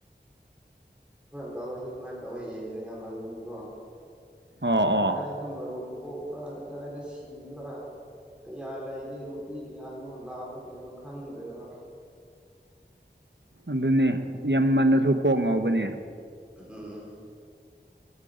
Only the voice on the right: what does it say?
ꯑꯣ ꯑꯣ
ꯑꯗꯨꯅꯦ ꯌꯥꯝꯃꯜꯂꯖꯨ ꯀꯣꯛ ꯉꯥꯎꯒꯅꯦ